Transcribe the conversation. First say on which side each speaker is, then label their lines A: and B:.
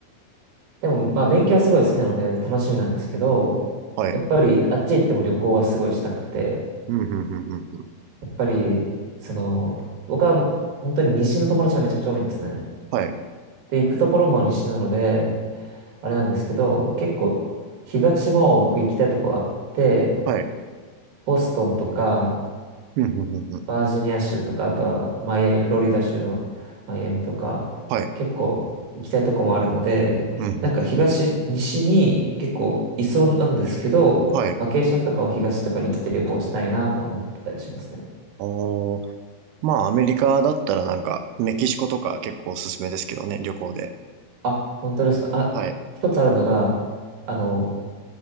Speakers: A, on the right; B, on the right.
A: でも、まあ勉強はすごい好きなので楽しみなんですけど、
B: あはい。
A: やっぱりあっち行っても旅行はすごいしたくて、
B: うん、うん、うん、うん。
A: やっぱり、その、僕は本当に西の友達がめちゃくちゃ多いんですね。
B: はい。
A: で、行くところも西なので、あれなんですけど、結構、東も僕行きたいとこあって、
B: はい。
A: ボストンとか、
B: うん、うん、うん、うん。
A: バージニア州とか、あとはマイアミ、フロリダ州のマイアミとか、
B: はい。
A: 結構行きたいとこもあるので、
B: うん、うん、うん。
A: なんか東、西に結構いそうなんですけど、
B: はい。
A: バケーションとかは東とかに行って旅行したいなとは思ってたりしますね。
B: おー。まあ、アメリカだったらなんか、メキシコとか結構おすすめですけどね、旅行で。
A: あ、本当ですか。あ、
B: はい。
A: 一つあるのが、あの、